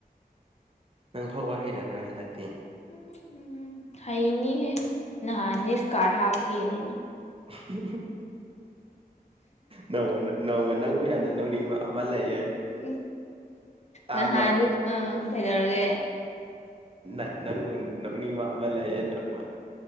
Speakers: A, on the right; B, on the left.
A: ꯅꯪ ꯊꯧꯕ ꯍꯩꯔꯕ꯭ꯔꯥ ꯍꯟꯗꯛꯇꯤ
B: ꯎꯝ ꯍꯨ ꯍꯩꯅꯤꯍꯦ ꯅꯍꯥꯟꯅꯤ ꯁꯀꯥꯠ ꯍꯥꯄꯀꯦꯅꯦꯅꯤ
A: ꯍꯨꯝ ꯍꯨꯝ ꯍꯨ ꯅꯣꯃ ꯅꯣꯡꯃ ꯅꯪꯕꯨ ꯌꯥꯝꯅ ꯅꯣꯛꯅꯤꯡꯕ ꯑꯃ ꯂꯩꯌꯦ
B: ꯎ
A: ꯇꯥꯕ꯭ꯔꯣ
B: ꯅꯍꯥꯟꯗꯨ ꯑ ꯀꯩꯗꯧꯔꯒꯦ
A: ꯅ ꯅꯪꯕꯨ ꯅꯣꯛꯅꯤꯡꯕ ꯑꯃ ꯂꯩꯌꯦ ꯅꯣꯡꯃ